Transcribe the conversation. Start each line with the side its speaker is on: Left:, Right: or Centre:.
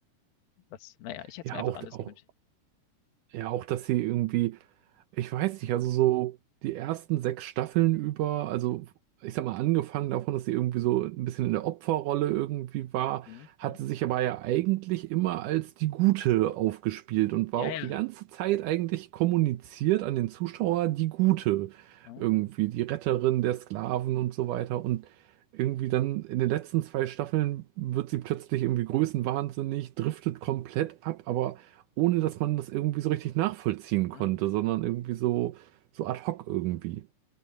Left: was naja, ich hätte
Right: ja,
Left: es mir einfach
Right: auch,
Left: anders
Right: auch,
Left: gewünscht.
Right: ja, auch, dass sie irgendwie Ich weiß nicht, also so die ersten sechs Staffeln über, also ich sag mal, angefangen davon, dass sie irgendwie so ein bisschen in der Opferrolle irgendwie war,
Left: Mhm,
Right: hat
Left: mhm.
Right: sie sich aber ja eigentlich immer als die Gute aufgespielt und war
Left: Ja,
Right: auch
Left: ja.
Right: die ganze Zeit eigentlich kommuniziert an den Zuschauer die Gute.
Left: Mhm,
Right: Irgendwie die Retterin der Sklaven und so weiter. Und irgendwie dann in den letzten zwei Staffeln wird sie plötzlich irgendwie größenwahnsinnig, driftet komplett ab, aber ohne dass man das irgendwie so richtig nachvollziehen konnte,
Left: mhm.
Right: sondern irgendwie so, so ad hoc irgendwie.